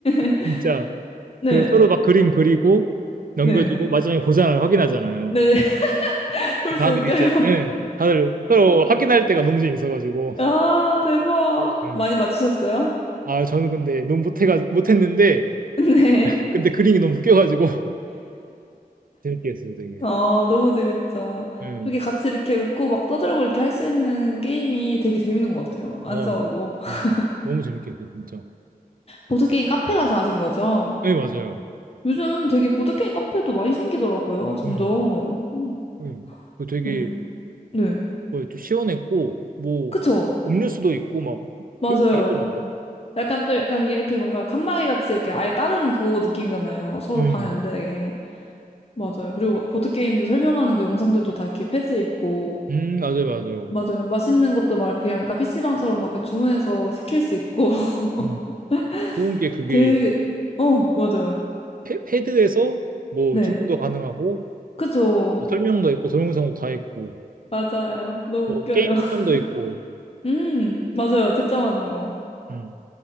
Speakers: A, on the left; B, on the right.
A: <laughs>
B: 진짜
A: 네,
B: 그 서로 막 그림 그리고 넘겨주고
A: 네.
B: 마지막에 보잖아요. 확인하잖아요.
A: 네, <laughs> 벌써
B: 다들
A: 웃겨요.
B: 이제 예, 다들 서로 확인할 때가 너무 재밌어가지고
A: 아, 대박.
B: 예.
A: 많이 맞추셨어요?
B: 아 저는 근데 너무 못해가 못했는데
A: <laughs> 네.
B: 근데 그림이 너무 웃겨가지고 <laughs> 재밌게 했어요 되게.
A: 어, 너무 재밌죠.
B: 예.
A: 그렇게 같이 이렇게 웃고 막 떠들고 이렇게 할 수 있는 게임이 되게 재밌는 것 같아요. 안
B: 어,
A: 싸우고.
B: 예.
A: <laughs>
B: 너무 재밌게 했어요 진짜.
A: 보드게임 카페 가서 하신 거죠?
B: 네 맞아요.
A: 요즘 되게 보드게임 카페도 많이 생기더라고요, 점점.
B: 음.
A: 음,
B: 음. 그 되게
A: 네. 네.
B: 뭐 시원했고 뭐
A: 그쵸?
B: 음료수도 있고 막
A: 맞아요.
B: 별거 다 있더라고요.
A: 약간 또 약간 이렇게 뭔가 칸막이 같이 이렇게 아예 다른 그거 느낌이잖아요. 서로
B: 음.
A: 방해 안 되게. 맞아요. 그리고 막 보드게임들 설명하는 그 영상들도 다 이렇게 패드에 있고.
B: 음 맞아요 맞아요.
A: 맞아요. 맛있는 것도 막 이렇게 그냥 약간 PC방처럼 막 그냥 주문해서 시킬 수 있고. <laughs>
B: 음. 좋은 게 그게
A: 되게, 어, 맞아요.
B: 패, 패드에서 뭐
A: 네.
B: 주문도 가능하고
A: 그죠.
B: 뭐 설명도 있고 동영상도 다 있고
A: 맞아요. 너무
B: 뭐
A: 웃겨요.
B: 게임
A: <laughs>
B: 추천도 있고
A: 음, 맞아요. 채점하는 거.
B: 음.